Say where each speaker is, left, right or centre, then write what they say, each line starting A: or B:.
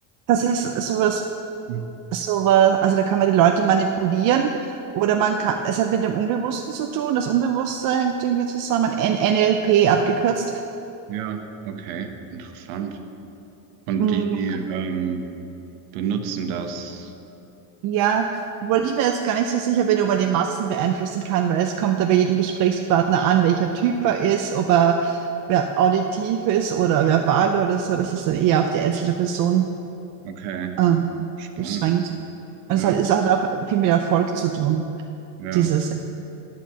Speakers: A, on the right (about 50°); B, on the right (about 80°).
A: Das ist sowas,
B: Hm.
A: sowas, also da kann man die Leute manipulieren oder man kann, es hat mit dem Unbewussten zu tun. Das Unbewusste hängt irgendwie zusammen. N NLP abgekürzt.
B: Ja, okay, interessant. Und
A: Mm,
B: die ähm, benutzen das.
A: Ja, obwohl ich mir jetzt gar nicht so sicher bin, ob man die Massen beeinflussen kann, weil es kommt ja bei jedem Gesprächspartner an, welcher Typ er ist, ob er ver- auditiv ist oder
B: Ja.
A: verbal oder so. Das ist dann eher auf die einzelne Person
B: Okay,
A: ähm,
B: spannend.
A: beschränkt. Und
B: Ja,
A: es hat, es hat auch viel mit Erfolg zu tun,
B: ja.
A: dieses. Und